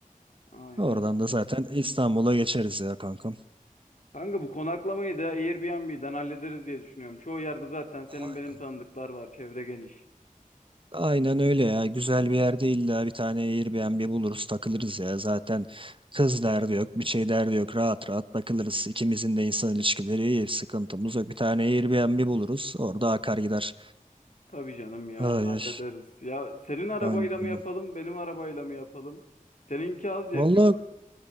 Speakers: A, on the left; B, on the right.
A: Aynen.
B: Oradan da zaten İstanbul'a geçeriz ya kankam.
A: Kanka bu konaklamayı da Airbnb'den hallederiz diye düşünüyorum. Çoğu yerde zaten senin
B: Aynen.
A: benim tanıdıklar var. Çevre geniş.
B: Aynen öyle ya. Güzel bir yerde illa bir tane Airbnb buluruz takılırız ya. Zaten kız derdi yok bir şey derdi yok. Rahat rahat takılırız. İkimizin de insan ilişkileri iyi. Sıkıntımız yok. Bir tane Airbnb buluruz. Orada akar gider.
A: Tabii canım ya
B: Ay,
A: onu hallederiz.
B: ay.
A: Ya senin arabayla
B: Aynen öyle.
A: mı yapalım, benim arabayla mı yapalım? Seninki az yakıyor.
B: Vallahi